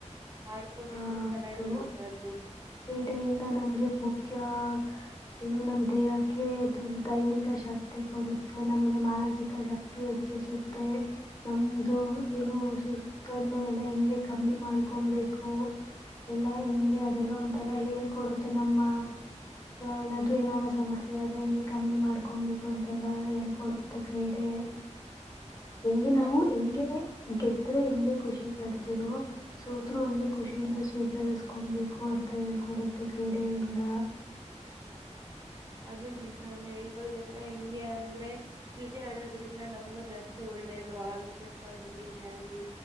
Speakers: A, on the right; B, on the left.
A: ಆಡ್ಕೊಂಡಿದ
B: ಆ
A: ಚೆನ್ನಾಗಿರು
B: ಅದು
A: <unintelligible>
B: ಕ್ರೀಡೆಯಿಂದ ನಮ್ಗೆ ಮುಖ್ಯ <unintelligible> ಇನ್ನೂ ನಮ್ ದೇಹಕ್ಕೆ ಅದು ದೈನಿಕ ಶಕ್ತಿ ಕೊಡುತ್ <unintelligible> ನಮ್ಗೆ ಮಾನಸಿಕ ಶಕ್ತಿ ಹೆಚ್ಚಿಸುತ್ತೆ. ನಮ್ದು ಏನು ಸುಸ್ತನ್ನು ಎಲ್ಲ ಹೆಂಗೆ ಕಮ್ಮಿ ಮಾಡ್ಕೊಂಬೇಕು ಎಲ್ಲಾ ಹೆಂಗೆ ಅದೆಲ್ಲ ಒಂಥರ ಹೇಳ್ಕೊಡುತ್ತೆ. ನಮ್ಮ ಏನದು ಏನಾನ ಸಮಸ್ಯೆ ಆದ್ರೆ ಹೆಂಗೆ ಕಮ್ಮಿ ಮಾಡ್ಕೊಂಬೇಕು ಅಂತೆಲ್ಲ ಹೇಳ್ಕೊಡುತ್ತೆ ಕ್ರೀಡೆ. ಹೆಂಗೆ ನಾವು
A: ಅದು
B: ಹೆಂಗೆ? ಗೆ <unintelligible> ್ರೆ <unintelligible> ಹೆಂಗೆ ಖುಷಿ ಪಡ್ತಿರೋ ಸೋತ್ರು ಹಂಗೆ ಖುಷಿಯಿಂದ ಸ್ವೀಕರಿಸ್ಕೊಂಬೇಕು ಅಂತ ಹೇಳ್ಕೊಡುತ್ತೆ ಕ್ರೀಡೆಯಿಂದ.
A: ಅದೇನ್ ನಿಜಾನೆ ಇವಾಗೆಲ್ಲಾ ಹೆಂಗೆ ಅಂದ್ರೆ ಕ್ರೀಡೆ ಆಡೋದ್ರಿಂದ ನಮಗೂ ಜಾಸ್ತಿ ಒಳ್ಳೇದು ಆರೋಗ್ಯಕ್ಕಾಗಲಿ ಏನೇ ಆಗ್ಲಿ